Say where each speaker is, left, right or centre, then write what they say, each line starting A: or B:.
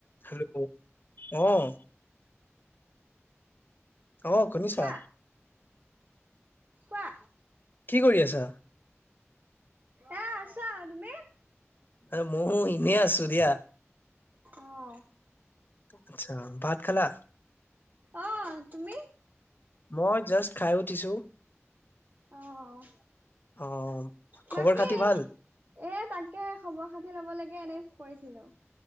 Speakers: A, on the left; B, on the right.
A: হেল্ল' অহ। অ', শুনিছা।
B: কোৱা কোৱা?
A: কি কৰি আছা
B: এ আছা তুমি?
A: আৰু ময়ো এনেই আছোঁ দিয়া।
B: অহ।
A: আচ্ছা ভাত খালা।
B: অ', তুমি?
A: মই জাষ্ট খাই উঠিছোঁ।
B: অ',
A: অ খবৰ
B: বাকী
A: খাতি
B: এ
A: ভাল
B: তাকে খবৰ খাতি লব লাগে এনেই কৰিছিলোঁ।